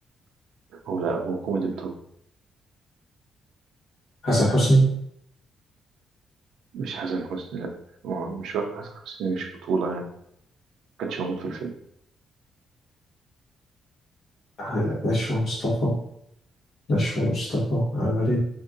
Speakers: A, on the right (about 75°); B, on the left (about 50°).
A: هو لا هو كوميدي بطولة
B: حسن حسني
A: مش حسن حسني لا هو مش واقع حسن حسني مش بطولة يعني ما كانش موجود في الفيلم
B: آه، نشوى مصطفى نشوى مصطفى عملت